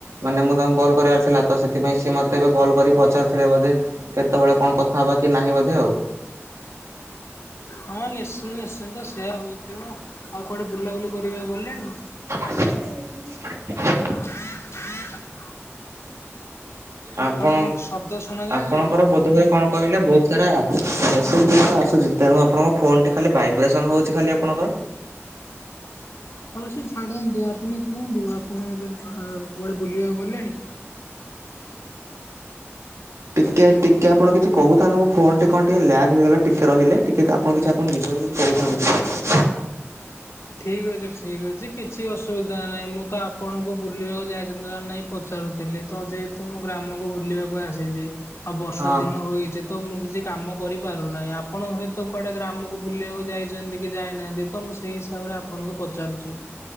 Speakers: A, on the right; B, on the left.
A: ମାନେ ମୁଁ ତାଙ୍କୁ କଲ୍ କରିବାର ଥିଲା ତ ସେଥିପାଇଁ ସିଏ ମୋତେ ଏବେ କଲ୍ କରି ପଚାରଥିଲେ ବୋଧେ। କେତେବେଳେ କଣ କଥା ହବା କି ନାହିଁ ବୋଧେ ଆଉ।
B: ହଁ ନିଶ୍ଚି ନିଶ୍ଚିନ୍ତ ସେୟା ହେଥିବ ଆଉ କୁଆଡେ ବୁଲାବୁଲି କରିବାକୁ ଗଲେଣି?
A: <unintelligible>
B: ହୁଁ ହୁଁ ଆପଣଙ୍କୁ
A: ଆପଣ
B: ମୋ ଶବ୍ଦ ଶୁଣା ଯାଉଛି।
A: ଆପଣଙ୍କର ବୋଧହୁଏ କଣ କହିଲେ ବହୁତ୍ ସାରା ମେସେଜ୍ ଗୁଡ଼ିକ ଆସୁଛି, ତେଣୁ ଆପଣଙ୍କ ଫୋନ୍ ଟି ଖାଲି ଭାଇବ୍ରେସନ୍ ହଉଛି ଖାଲି ଆପଣଙ୍କର।
B: ହଉ ସେ ଛାଡ଼ନ୍ତୁ, ଆପଣ କୁହନ୍ତୁ ଆପଣ ଏବେ କୁଆଡ଼େ ବୁଲିବାକୁ ଗଲେଣି?
A: ଟିକେ-ଟିକେ ଆପଣ କିଛି କହୁଥାନ୍ତୁ ମୋ ଫୋନ୍ ଟି କଣ ଟିକେ ଲ୍ୟାଗ୍ ହେଇଗଲା ଟିକେ ରହିଲେ। ଟିକେ ଆପଣ କିଛି ଆପଣ ନିଜ ଆଡୁ କିଛି କହୁଥାନ୍ତୁ ଟିକେ।
B: ଠିକ୍ ଅଛି ଠିକ୍ ଅଛି କିଛି ଅସୁବିଧା ନାହିଁ, ମୁଁ ତ ଆପଣଙ୍କୁ ବୁଲିବାକୁ ଯାଇଛନ୍ତି ନା ନହିଁ ପଚାରୁଥିଲି ତ ଯେହେତୁ ମୁଁ ଗ୍ରାମକୁ ବୁଲିବାକୁ ଆସିଛି ଆଉ ବର୍ଷା
A: ହଁ
B: ଦିନ ହୋଇଅଛି। ତ ମୁଁ କିଛି କାମ କରିପାରୁନାହିଁ ଆପଣ ହୁଏତ କୁଆଡେ ଗ୍ରାମକୁ ବୁଲିବାକୁ ଯାଇଛନ୍ତି କି ଯାଇନାହାନ୍ତି ତ ମୁଁ ସେଇ ହିସାବରେ ଆପଣଙ୍କୁ ପଚାରୁଛି।